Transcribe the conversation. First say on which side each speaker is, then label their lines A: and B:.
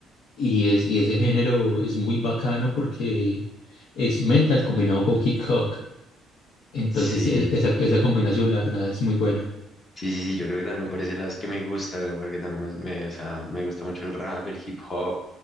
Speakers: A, on the left; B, on the left.
A: y, es, y ese género es muy bacano porque es metal combinado con hip hop. Entonces
B: sí.
A: e- esa, esa combinación la verdad es muy buena.
B: Sí, sí, sí, yo creo que también por ese lado es que me gusta, güey, porque también me, me- o sea, me gusta mucho el rap, el hip hop,